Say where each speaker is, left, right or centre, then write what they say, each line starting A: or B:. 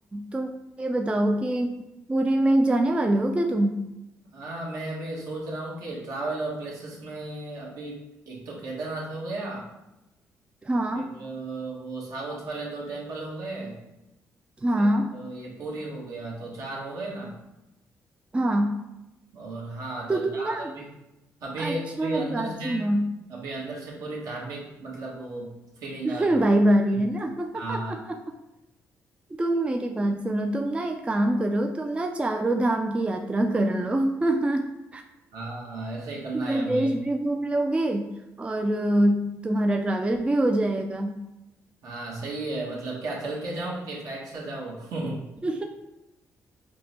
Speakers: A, on the right; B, on the right.
A: तुम ये बताओ कि पुरी में जाने वाले हो क्या तुम
B: हाँ मैं अभी सोच रहा हूँ कि ट्रैवल और प्लेसेस में अभी एक तो केदारनाथ हो गया
A: हाँ
B: फिर अ, वो साउथ वाले दो टेम्पल हो गए
A: हाँ
B: फिर अ, ये पूरी हो गया तो चार हो गए ना
A: हाँ
B: और हाँ तो
A: तो तुम
B: चार
A: ना
B: अभी अभी
A: अच्छा
B: अभी अंदर
A: मेरी बात
B: से
A: सुनो
B: अभी अंदर से पूरी धार्मिक मतलब वो फीलिंग
A: <laughs>
B: आ रही
A: भाई बारी
B: है
A: है ना <laughs>
B: हाँ
A: तुम मेरी बात सुनो तुम ना एक काम करो तुम ना चारों धाम की यात्रा कर लो <laughs>
B: हाँ ऐसे ही करना
A: पूरा
B: है अभी
A: देश भी घूम लोगे और अ, तुम्हारा ट्रैवल भी हो जाएगा
B: हाँ सही है मतलब क्या चल के जाऊं कि फ्लाइट से जाऊं <laughs>
A: <laughs>